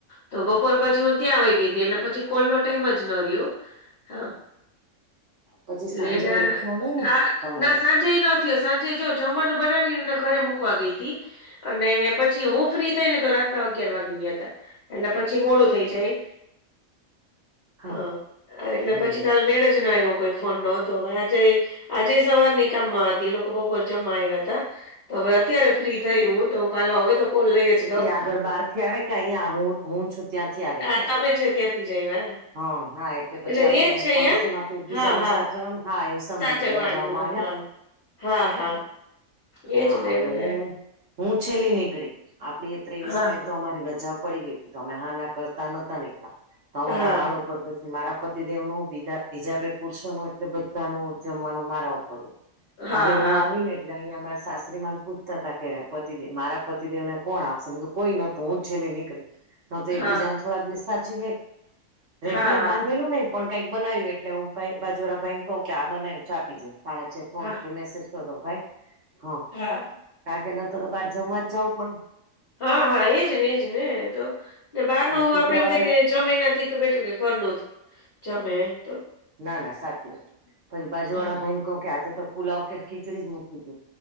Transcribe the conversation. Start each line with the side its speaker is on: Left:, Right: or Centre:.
Left: તો બપોર પછી હું ત્યાં આવી ગઈ હતી એટલે પછી કોલ નો ટાઈમ જ ન રહ્યો. હા,
Right: પછી
Left: એટલેને
Right: સાંજે વળી થયો નઈ ને
Left: આ
Right: તમારે
Left: ના સાંજ સાંજ નયો સાંજે જો જમવાનું બનાવીને ઘરે મુૂકવા ગઈ હતી. અને પછી હું ફ્રી થઈ ને તો રાતના અગિયાર વાગી ગયા હતા. એટલે પછી મોડું થઈ જાય,
Right: હા
Left: હ એટલે
Right: હમ
Left: પછી કાલ મેળ જ ન આવવો કોઈ ફોન નતો હજ. આજે સવાર ની કામમાં હતી લોકો બહુ પરજમમાં આવ્યા હતા. તો હવે અત્યારે ફ્રી થઈ હ તો કાલે હવે તો કોલ લઈ જ લઉં
Right: આગળ બહાર થી આવે કે અહીયાંયા હું હું છું ત્યાંથી આવ્યા.
Left: હા તમે છે ત્યાંથી જઈ હ.
Right: હા એટલે પછી
Left: હા હા એટ
Right: આપડે
Left: ર છે અહીયા,
Right: પડોશીમાં તો એકબીજાનું
Left: હા હા.
Right: સાચવવાનું હા એ સમજી
Left: જવાનું
Right: ગઈ રજાઓમાં આવ્યા
Left: હા હા હા.
Right: હા
Left: એજ ને
Right: હવે
Left: એટલે
Right: હું હું છેલ્લી નીકળી, આપડી ત્રેવીસ
Left: હા
Right: મે તો તમારી રજા પડી ગઈ હતી તમે હા ના કરતા નતા નીકળ્યા, તમારા
Left: હા.
Right: માળ ઉપર પછી મારા પતિ દેવ નું બીા બીજા બેે પુરુો નું એટલે બધા ન જમવાનું મારા
Left: હા
Right: હવે હું
Left: હા
Right: આવી ને. એટલે અહીં અમારા સાત્રી માંન પુત હતા કે પતિેવ મારા પતિદેવ ને કોણ આપશે કોઈ ના તુંછેલે નીકળે. ન તો
Left: હા
Right: એક બીજાને થોડાક દિવસ સાચી લે,
Left: હા
Right: રેગ્યુલર
Left: હા
Right: બાંધેલું નને. પણ કંઈક બનાવ્યું એટલે હું બાજુરા ભાઈને કહું કે આ બનાવ્યું ચા આપી જાય સાડા ફોન
Left: હા
Right: કે મેસેજ તો ભાઈ, હા.
Left: હા.
Right: કારણ કે નતો તો બહાર જમવા જાવું જ પડેન.
Left: હા, હા એજ ને, એજ ને તો. ને બહાર
Right: પડે
Left: નું
Right: એટલે શુક્રવારે
Left: આપડે એમ થાય કે જમી એનાથી બેટર જ કે ઘરનું જ જમે એ તો.
Right: ના, ના સાચી વાત. પછી બાજુ
Left: હા
Right: વાળા ભાઈને કહું કે આજે તો પુલાવ કે ખીચડી જ મૂકી તી.